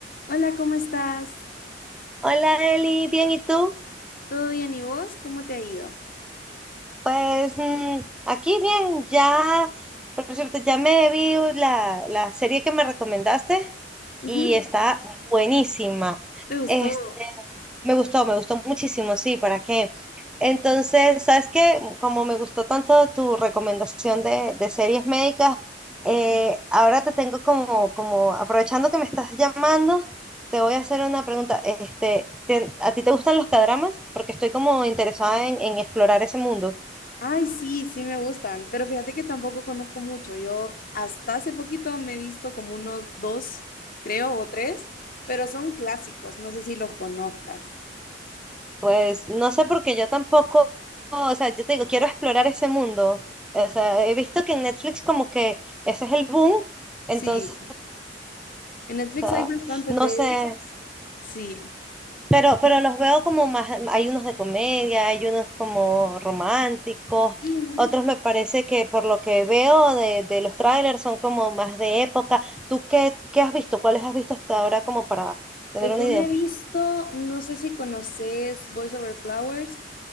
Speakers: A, on the left (about 50°); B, in the centre.
A: Hola, ¿cómo estás?
B: Hola Eli, bien, ¿y tú?
A: ¿Todo bien y vos? ¿Cómo te ha ido?
B: Pues mm, aquí bien, ya, por cierto, ya me vi la, la serie que me recomendaste, y
A: Ujú,
B: está buenísima.
A: ¿Te gustó?
B: Este, me gustó, me gustó muchísimo, sí, ¿para qué? Entonces, ¿sabes qué? Como me gustó tanto tu recomendación de, de series médicas, eh, ahora te tengo como, como, aprovechando que me estás llamando, te voy a hacer una pregunta. Este, ¿te- ¿a ti te gustan los cadramas? Porque estoy como interesada en, en explorar ese mundo.
A: Ay, sí, sí me gustan, pero fíjate que tampoco conozco mucho. Yo hasta hace poquito me he visto como unos dos, creo, o tres, pero son clásicos, no sé si los conozcas.
B: Pues no sé porque yo tampoco, o sea, yo te digo, quiero explorar ese mundo. O sea, he visto que en Netflix como que ese es el boom, entonces,
A: Sí, en Netflix
B: o sea,
A: hay bastantes
B: no
A: de
B: sé,
A: esos. Sí.
B: pero, pero los veo como más, hay unos de comedia, hay unos como románticos,
A: Ujú,
B: otros me parece que por lo que veo de, de los trailers son como más de época. ¿Tú qué, qué has visto? ¿Cuáles has visto hasta ahora como para tener
A: Pues
B: una
A: yo
B: idea?
A: me he visto, no sé si conoces Voice Over Flowers,